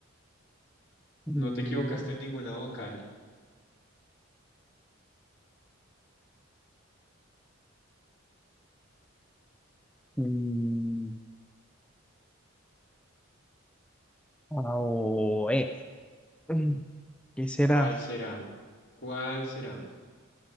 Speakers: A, in the centre; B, on the left.
A: Mm,
B: No te equivocaste en ninguna vocal.
A: mm, A o E. Mm, ¿Qué será?
B: ¿Cuál será? ¿Cuál será